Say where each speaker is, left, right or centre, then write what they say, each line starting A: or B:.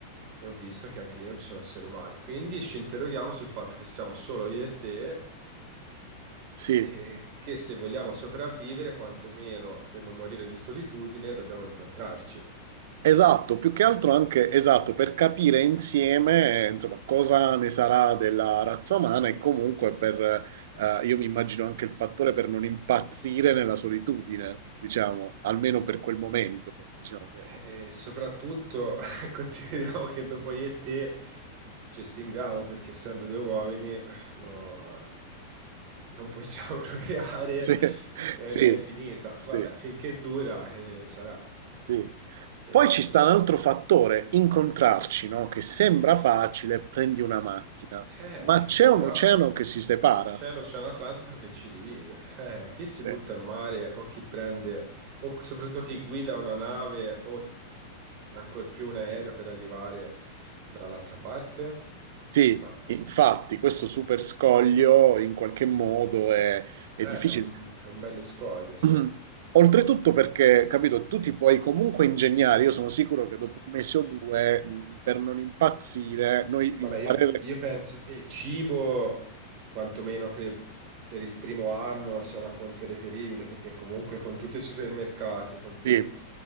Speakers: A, on the right; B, on the right.
A: e ho visto che anche lì non ci sono esseri umani. Quindi ci interroghiamo sul fatto che siamo solo io e te
B: sì.
A: e che se vogliamo sopravvivere, quantomeno per non morire di solitudine, dobbiamo incontrarci.
B: Esatto, più che altro anche esatto, per capire insieme, eh, insomma, cosa ne sarà della razza umana e comunque per, eh, io mi immagino anche il fattore per non impazzire nella solitudine, diciamo, almeno per quel momento, diciamo che
A: Eh, E soprattutto <laughs> consideriamo che dopo io e te ci estinguiamo perché essendo due uomini eh, no, non possiamo <laughs> procreare
B: sì,
A: e
B: sì,
A: mi è finita.
B: sì,
A: Vabbè, finché dura eh, sarà.
B: sì.
A: Eh,
B: Poi ci sta un altro fattore, incontrarci, no? Che sembra facile, prendi una macchina,
A: eh,
B: ma c'è un
A: però
B: oceano che si separa.
A: C'è l'Oceano Atlantico che ci divide. Eh, chi si
B: Sì.
A: butta in mare o chi prende, o soprattutto chi guida una nave o ancora più un aereo per arrivare dall'altra parte?
B: Sì,
A: Vabbè,
B: infatti questo super scoglio in qualche modo è, è
A: Eh,
B: difficile.
A: è un, è un bello scoglio, sì.
B: <clears throat> Oltretutto perché, capito, tu ti puoi comunque ingegnare, io sono sicuro che dopo un mese o due, mh, per non impazzire, noi
A: Vabbè,
B: impareremo...
A: io, pe- io penso che il cibo, quantomeno per, per il primo anno, sia una fonte reperibile, perché comunque con tutti i supermercati, con tutti
B: Sì,